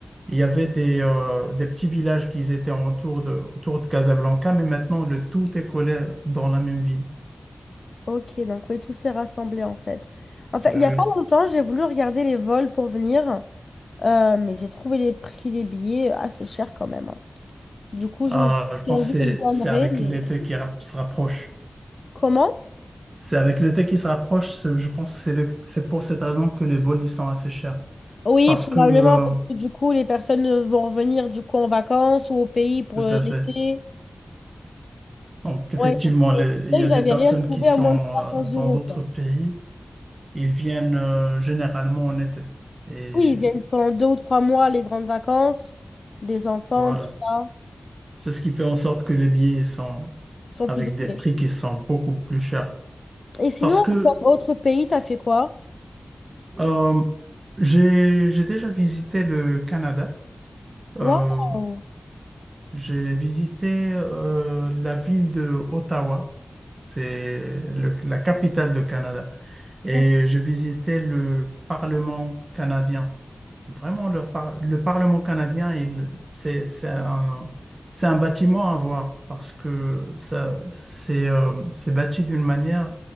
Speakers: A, on the right (about 50°); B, on the left (about 80°).
A: il y avait des, euh, des petits villages qui étaient autour de, autour de Casablanca, mais maintenant le tout est collé dans la même ville.
B: Ok, donc oui, tout s'est rassemblé en fait. En fait,
A: Ben
B: il n'y a
A: oui.
B: pas longtemps, j'ai voulu regarder les vols pour venir, euh, mais j'ai trouvé les prix des billets assez chers quand même. hein. Du coup, je
A: Euh,
B: me suis
A: je
B: dit
A: pense
B: qu'un jour,
A: que c'est
B: je viendrai,
A: c'est avec
B: mais...
A: l'été qui rap- se rapproche.
B: Comment?
A: C'est avec l'été qui se rapproche, c'est- je pense que c'est le- c'est pour cette raison que les vols ils sont assez chers.
B: Oui,
A: Parce
B: probablement,
A: que, euh,
B: parce que du coup, les personnes euh, vont revenir du coup en vacances ou au pays pour
A: tout
B: l'été.
A: à fait. Donc, effectivement,
B: Oui, parce que
A: les-
B: c'est
A: il
B: vrai
A: y a
B: que j'avais
A: des personnes
B: rien trouvé
A: qui sont
B: à moins de 300
A: euh, dans
B: euros,
A: d'autres
B: quoi.
A: pays Ils viennent euh, généralement en été. Et
B: Oui, ils viennent pendant
A: c-
B: deux ou trois mois, les grandes vacances, des enfants,
A: voilà.
B: tout ça.
A: C'est ce qui fait en sorte que les billets sont
B: Ils sont
A: avec
B: plus
A: des
B: épais.
A: prix qui sont beaucoup plus chers.
B: Et sinon,
A: Parce que
B: en autre pays, t'as fait quoi?
A: euh, j'ai, j'ai déjà visité le Canada. Euh,
B: Waouh!
A: j'ai visité euh, la ville de Ottawa. C'est le- la capitale du Canada. Et
B: D'accord.
A: j'ai visité le Parlement canadien. Vraiment, le, par- le Parlement canadien, il, c'est, c'est un, c'est un bâtiment à voir parce que ça, c'est, euh, c'est bâti d'une manière,